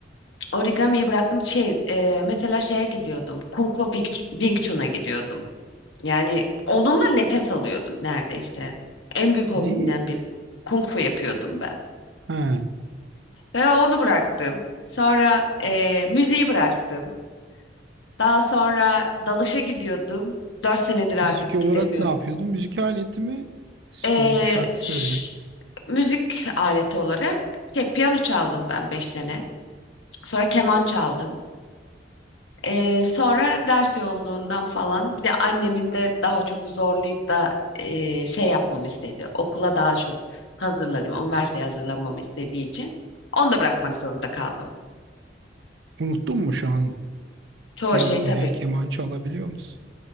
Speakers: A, on the left (about 85°); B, on the right (about 65°).
A: Origamiyi bıraktım. Şey, e, mesela şeye gidiyordum. Kung Fu Wing Wing Chun'a gidiyordum. Yani onunla nefes alıyordum neredeyse. En büyük hobimden
B: Neyi?
A: biri. Kung Fu yapıyordum ben.
B: Ha,
A: Ve onu bıraktım. Sonra e, müziği bıraktım. Daha sonra dalışa gidiyordum. Dört senedir artık
B: müzik olarak
A: gidemiyorum.
B: ne yapıyordum? Müzik aletimi söyle,
A: Ee,
B: şarkı
A: ş-
B: söylemek.
A: müzik aleti olarak şey, piyano çaldım ben 5 sene. Sonra keman çaldım. Ee, sonra ders yoğunluğundan falan bir de annemin de daha çok zorlayıp da e, şey yapmamı istedi. Okula daha çok hazırlanayım, üniversiteye hazırlanmamı istediği için onu da bırakmak zorunda kaldım.
B: Unuttun mu şu an
A: Çoğu
B: piyano
A: şeyi tabii
B: ya keman
A: ki
B: çalabiliyor musun?